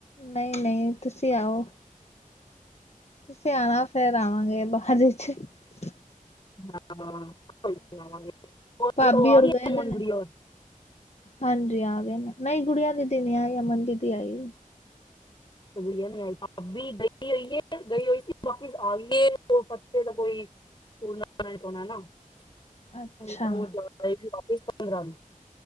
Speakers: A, on the left; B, on the left.
A: ਨਹੀਂ ਨਹੀਂ ਤੁਸੀਂ ਆਓ। ਤੁਸੀਂ ਆਣਾ ਫੇਰ ਕਰਾਵਾਂਗੇ ਬਾਾਹ ਦੇ ਚ। <unintelligible>
B: ਹਾਂ। ਵਾਂਗੇ ਉਹ
A: ਭਾਬੀ
B: ਆ
A: ਹੋਰ
B: ਗਮਨੁਰੀਰ
A: ਗਏ ਦੇ ਨੇ।
B: <unintelligible>
A: ਹਾਂਜੀ ਆ ਗਏ ਨਹੀਂ ਗੁੜੀਆਂ ਦੀਦੀ ਨਹੀ ਆਈ ਅਮਨ ਦੀਦੀ ਆਈ।
B: ਗਈ ਹੋਈਏ ਗਈ ਹੋਈ ਸੀ ਵਾਪ ਆਏ ਫ ਦਾ ਕੋਈੂਰਨਾ ਪਾਉਣਾ ਨਾ। <unintelligible>
A: ਅੱਛਾ
B: <unintelligible> ਉਹ ਜ਼ਦਾ ਹੀ ਸੀ। ਇਸਾਨ ਰਾਮ। <unintelligible>